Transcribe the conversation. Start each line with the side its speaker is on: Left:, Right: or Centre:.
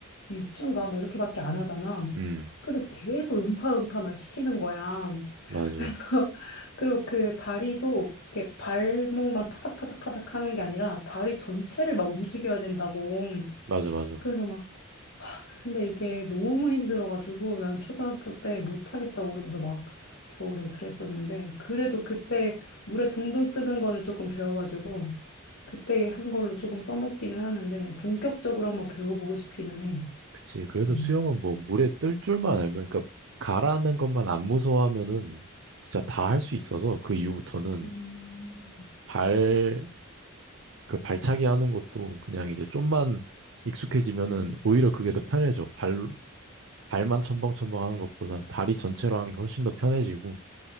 Left: 6주인가 막 이렇게밖에 안 하잖아.
Right: 음,
Left: 근데 계속 음파 음파만 시키는 거야.
Right: 맞아.
Left: 그래서 <laughs> 그리고 그 다리도 이렇게 발목만 파닥파닥파닥 하는 게 아니라 다리 전체를 막 움직여야 된다고.
Right: 맞아, 맞아.
Left: 그래서 막 근데 이게 너무 힘들어가지고 난 초등학교 때 못하겠다고 그러면서 막 겨울에 그랬었는데 그래도 그때 물에 둥둥 뜨는 거는 조금 배워가지고 그때 한 걸로 조금 써먹기는 하는데 본격적으로 한번 배워보고 싶기는 해.
Right: 그치. 그래도
Left: 음.
Right: 수영은 뭐 물에 뜰 줄만 알면, 그러니까 가라앉는 것만 안 무서워하면은 진짜 다 할 수 있어서 그 이후부터는
Left: 음.
Right: 발, 그 발차기 하는 것도 그냥 이제 좀만 익숙해지면은 오히려 그게 더 편해져. 발, 발만 첨벙첨벙 하는 것보다 다리 전체로 하는 게 훨씬 더 편해지고